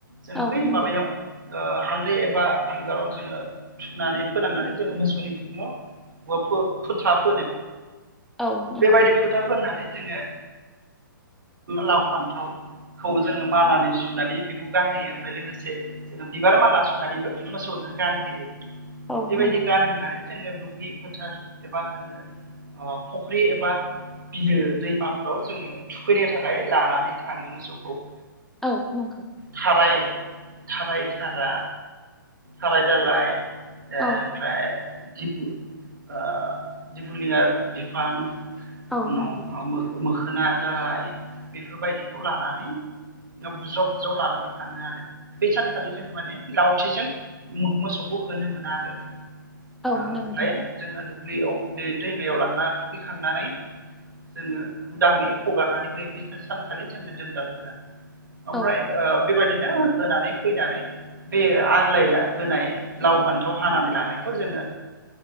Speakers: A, on the right; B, in the centre.
A: जोङो
B: औ
A: बै
B: नंगौ
A: माबायाव ओ हालदै एबा हांगाराव जोङो सुनानै फोनांनानै जोङो मोसौनि बिखुङाव ब फो फोथा फोनो
B: औ नंगौ
A: बेबायदि फोथा फोननानै जोङो लाव फान्थाव खौ जोङो मालानि सुनानै बेखौ गानहोयो ओमफ्राय लोगोसे जोङो बिबार माला सुनानैबो मोसौनो गानहोयो
B: औ
A: बेबायदि
B: नंगौ
A: गानहोनानै जोङो दुब्लि फोथार एबा जोङो आ फुख्रि एबा बिलो दैमाफोराव जोङो थुखैनो थाखाय लानानै थाङो मोसौ अ
B: औ नंगौ
A: थाराय थाराय थारा थाराय दालाय ओमफ्राय
B: औ
A: दि आ दिफुुलिया बिफां
B: औ
A: उनाव
B: नंगौ
A: मोख-मोख खोना दालाय बेफोरबायदिखौ लानानै बुज्राव बुज्राव लानानै थाङो आरो। बै सानखालि जोङो माने लावथिजों मोसौखौ होन होनो मोना आरो
B: औ
A: ओ
B: नंगौ
A: आमफ्राय
B: नोंथां
A: जोंङो दु दुब्लियाव बे दैमायाव लांना थुखैखांनानै जोङो उदाङै हगारनानै होयो बैसोर सानखालि जोङो दोनदाल होआ। ओमफ्राय
B: औ
A: ओ बेबायदिनो होनानै फैनानै बे आग्लायना बोनाय लाव फान्थाव हानानै लानायखौ ओ जोङो